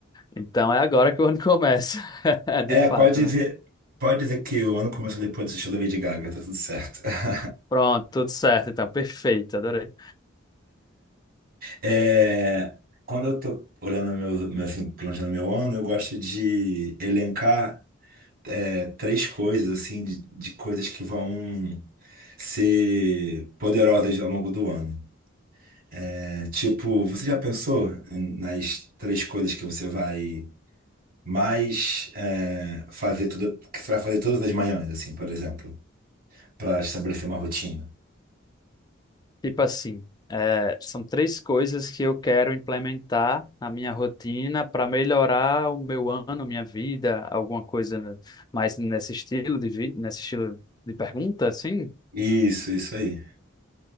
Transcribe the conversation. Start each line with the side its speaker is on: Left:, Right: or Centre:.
Left: Então, é agora que o ano <laughs> começa, <laughs>
Right: É,
Left: de fato,
Right: pode
Left: né?
Right: dizer, pode dizer que o ano começou depois desse show da Lady Gaga, tá tudo certo. <laughs>
Left: Pronto, tudo certo, então, perfeito, adorei.
Right: É, quando eu tô olhando meu, meu, assim, planejando meu ano, eu gosto de elencar é, três coisas, assim, de, de coisas que vão ser poderosas ao longo do ano. É, tipo, você já pensou em- nas três coisas que você vai mais é, fazer tudo, que você vai fazer todas as manhãs, assim, por exemplo, para estabelecer uma rotina?
Left: Tipo assim, eh, são três coisas que eu quero implementar na minha rotina para melhorar o meu ano, minha vida, alguma coisa mais nesse estilo de vi nesse estilo de pergunta, assim.
Right: Isso, isso aí.